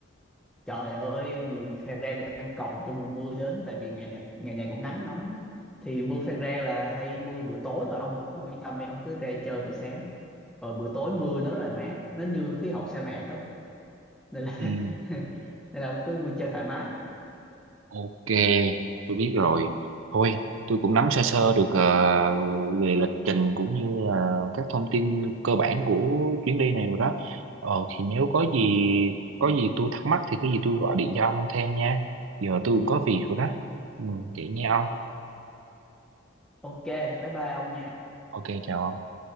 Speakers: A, in the centre; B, on the right.
A: trời ơi người Phan Rang người ta đang cầu cho mùa mưa đến tại vì ngày này ngày này cũng nắng nóng á. thì mưa Phan Rang là hay mưa buổi tối thôi ông ông yên tâm đi ông cứ ra chơi buổi sáng rồi buổi tối mưa nó rất là mát nó như khí hậu sa mạc á nên là
B: ừ,
A: <laughs> nên là ông cứ vui chơi thoải mái
B: ok tôi biết rồi thôi tôi cũng nắm sơ sơ được ờ, về lịch trình cũng như là các thông tin cơ bản của chuyến đi này rồi đó ờ, thì nếu có gì có gì tôi thắc mắc thì có gì tôi gọi điện cho ông thêm nha giờ tôi cũng có việc rồi đó ừ, vậy nha ông
A: ok bye bye ông nha
B: Ok chào ông